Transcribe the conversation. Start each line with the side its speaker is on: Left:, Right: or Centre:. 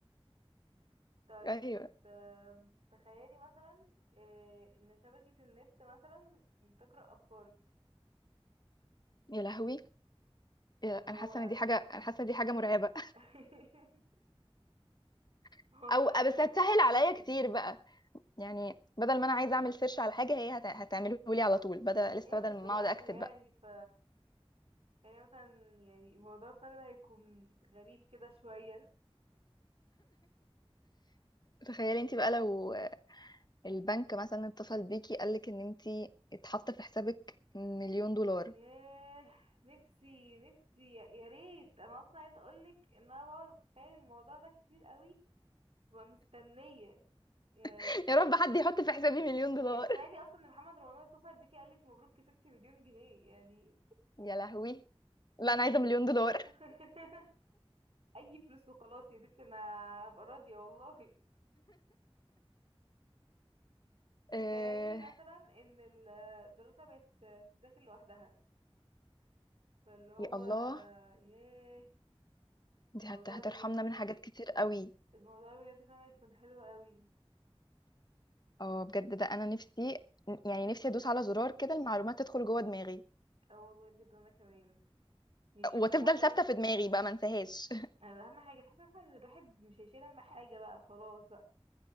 Right: طيب
Left: ايوه
Right: آم، تخيلي مثلا آه، ان شبكه النت مثلا تقرا افكارك
Left: يا لهوي
Right: فاللي
Left: يا-
Right: هو
Left: انا حاسة ان دي حاجة انا حاسة ان دي حاجة مرعبة
Right: <laughs>
Left: <laughs>
Right: هو
Left: او
Right: فعلا
Left: بس
Right: بجد
Left: هتسهل
Right: الموضوع
Left: عليا
Right: مرعب
Left: كتير بقى يعني بدل ما انا عايزة اعمل سيرش على حاجة هي هت- هتعمله لي على طول بدل لسه
Right: ايه بس
Left: بدل ما
Right: برضو
Left: اقعد اكتب
Right: يعني
Left: بقى
Right: ف يعني مثلا يعني موضوع فعلا هيكون غريب كده شوية
Left: تخيلي انت بقى لو البنك مثلا اتصل بيكي قالك ان انتي اتحط في حسابك مليون دولار
Right: ياه نفسي نفسي يا يا ريت انا اصلا عايزه اقولك ان انا بقعد اتخيل الموضوع ده كتير قوي ببقى مستنيه يعني
Left: <laughs> يا رب حد يحط في حسابي مليون دولار
Right: إيه، تخيلي اصلا ان محمد رمضان اتصل بيكي قالك مبروك كسبتي مليون جنيه يعني
Left: يا لهوي لا انا عايزه مليون دولار
Right: <laughs> اي فلوس وخلاص يا ستي انا هبقى راضيه والله
Left: آه
Right: تخيلي مثلا ان الدراسه بقت تذاكر لوحدها فاللي هو
Left: يا الله
Right: ياه
Left: دي
Right: الموضوع
Left: هت- هترحمنا
Right: بجد
Left: من حاجات كتير قوي
Right: الموضوع بجد فعلا يكون حلو قوي
Left: اه بجد ده انا نفسي يعني نفسي ادوس على زرار كده المعلومات تدخل جوه دماغي
Right: اه والله بجد وانا كمان يعني تحس
Left: وتفضل
Right: ان الموضوع
Left: ثابته
Right: م-
Left: في دماغي بقى ما انساهاش <laughs>
Right: يعني اهم حاجه تحس مثلا ان الواحد مش هيشيل هم حاجه بقى خلاص بقى